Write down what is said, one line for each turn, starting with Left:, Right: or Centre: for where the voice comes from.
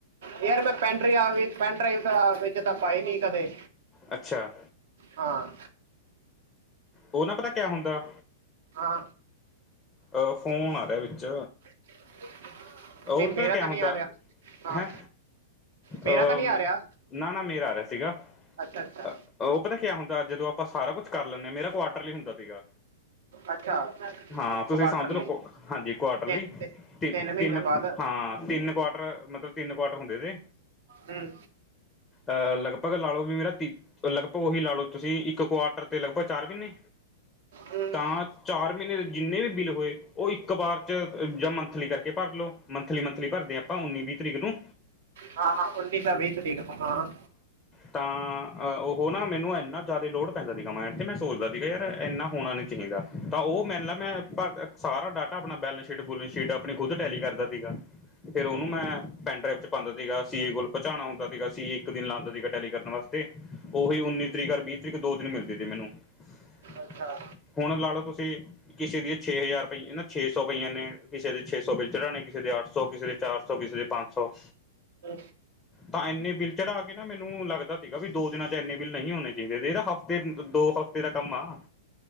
Right: ਯਾਰ ਮੈਂ ਪੈਂਡਰੀ ਆ ਗਈ ਪੈਨ ਡਰਾਈਵ ਤਾਂ ਵਿੱਚ ਤਾਂ ਪਾਈ ਨੀ ਕਦੇ।
Left: ਅੱਛਾ।
Right: ਹਾਂ।
Left: ਓਹ ਨਾ ਪਤਾ ਕਿਆ ਹੁੰਦਾ,
Right: ਹਾਂ
Left: ਅਹ ਫੋਨ ਆ ਰੇਆ ਵਿੱਚ।
Right: <inaudible>
Left: ਓਹ ਪਤਾ ਕਿਆ
Right: ਤਾਂ
Left: ਹੁੰਦਾ,
Right: ਨਹੀਂ ਆ ਰਿਹਾ ਹਾਂ
Left: ਹੈਂ।
Right: ਮੇਰਾ
Left: ਅਹ,
Right: ਤਾਂ ਨਹੀਂ ਆ ਰਿਹਾ
Left: ਨਾ-ਨਾ ਮੇਰਾ ਆ ਰੇਹਾ ਸੀਗਾ,
Right: ਅੱਛਾ ਅੱਛਾ
Left: ਅਹ ਓ ਪਤਾ ਕਿਆ ਹੁੰਦਾ ਜਦੋਂ। ਆਪਾਂ ਸਾਰਾ ਕੁਛ ਕਰ ਲੈਂਣੇ ਆਂ ਮੇਰਾ ਕੁਆਟਰਲੀ ਹੁੰਦਾ ਸੀਗਾ।
Right: ਅੱਛਾ
Left: ਹਾਂ ਤੁਸੀਂ
Right: ਕੁਆਟਰਲੀ
Left: ਸਮਝ ਲਓ ਕੁ ਹਾਂਜੀ ਕੁਆਟਰਲੀ
Right: ਤਿ ਤਿ
Left: ਤੇ।
Right: ਮਹੀਨਿਆਂ
Left: ਤਿੰਨ
Right: ਬਾਅਦ
Left: ਹਾਂ ਤਿੰਨ ਕੁਆਟਰ ਮਤਲਬ ਤਿੰਨ ਕੁਆਟਰ ਹੁੰਦੇ ਇਦੇ।
Right: ਹੂੰ
Left: ਅ ਲਗਭਗ ਲਾ ਲਓ ਵੀ ਮੇਰਾ ਤੀ ਲਗਭਗ ਓਹੀ ਲਾ ਲਓ ਤੁਸੀਂ ਇੱਕ ਕੁਆਟਰ ਤੇ ਲਗਭਗ ਚਾਰ ਮਹੀਨੇ,
Right: ਹੂੰ
Left: ਤਾਂ ਚਾਰ ਮਹੀਨੇ ਦੇ ਜਿੰਨੇ ਵੀ ਬਿੱਲ ਹੋਏ ਓਹ ਇੱਕ ਵਾਰ 'ਚ ਯਾ ਮੰਥਲੀ ਕਰ ਕੇ ਭਰ ਲਓ ਮੰਥਲੀ-ਮੰਥਲੀ ਭਰਦੇ ਆਂ ਆਪਾਂ ਉੱਨੀ-ਵੀਹ ਤਰੀਕ ਨੂੰ।
Right: ਹਾਂ ਹਾਂ ਉੱਨੀ ਸ ਵੀਹ ਤਰੀਕ ਨੂ, ਹਾਂ
Left: ਤਾਂ ਉਹ ਨਾ ਮੈਨੂੰ ਇੰਨਾ ਜਿਆਦਾ ਲੋੜ ਪੈਂਦਾ ਸੀ ਮਾਇਡ ਤੇ ਮੈਂ ਸੋਚਦਾ ਸੀਗਾ ਯਾਰ ਇੰਨਾ ਹੋਣਾ ਨੀ ਚਾਹੀਦਾ, ਤਾਂ ਉਹ ਮੈਨ ਲ ਮੈਂ ਸਾਰਾ ਡਾਟਾ ਆਪਣਾੈਲੈਂਸ ਸ਼ੀਟ, ਬਲਗ ਸ਼ੀਟ ਖੁਦ ਟੈਲੀ ਕਰਦਾ ਸੀਗਾ, ਫ਼ਿਰ ਉਹਨੂੰ ਮੈਂ ਪੈਨ ਡਰਾਈਵ ਚ ਪਾਂਦਾ ਸੀਗਾ ਸੀਏ ਕੋਲ ਪਹਚਾਣਾ ਹੁੰਦਾ ਸੀਗਾ ਇੱਕ ਦਿਨ ਲਾਂਦਾ ਸੀਗਾ ਟੈਲੀ ਕਰਨ ਵਾਸਤੇ, ਉਹੀ ਉੱਨੀ ਤਰੀਕ, ਵੀਹ ਤਰੀਕ ਦੋ ਦਿਨ ਮਿਲਦੀ ਸੀ ਮੈਨੂੰ <inaudible>
Right: ਅੱਛਾ
Left: ਹੁਣ ਲਾ ਲਓ ਤੁਸੀਂ ਕਿਸੇ ਦੀਆਂ ਛੇ ਹਜ਼ਾਰ ਪਈ, ਛੇ ਸੌ ਪਈਆਂ ਨੇ ਕਿਸੇ ਦੇ ਛੇ ਸੌ ਵਿਚਣਾ ਨੇ ਕਿਸੇ ਦੇ ਅੱਠ ਸੌ, ਕਿਸੇ ਦੇ ਚਾਰ ਸੌ, ਕਿਸੇ ਦੇ ਪੰਜ ਸੌ
Right: ਅ
Left: ਤਾਂ ਇੰਨੇ ਬਿੱਲ ਚੜਾ ਕੇ ਨਾ ਮੈਨੂੰ ਲੱਗਦਾ ਸੀਗਾ ਵੀ ਦੋ ਦਿਨਾਂ ਚ ਇੰਨੇ ਬਿੱਲ ਨਹੀਂ ਹੋਣੇ ਚਾਹੀਦੇ, ਇਹਦਾ ਹਫ਼ਤੇ ਦੋ ਹਫ਼ਤੇ ਤੇਰਾ ਕੰਮ ਆ,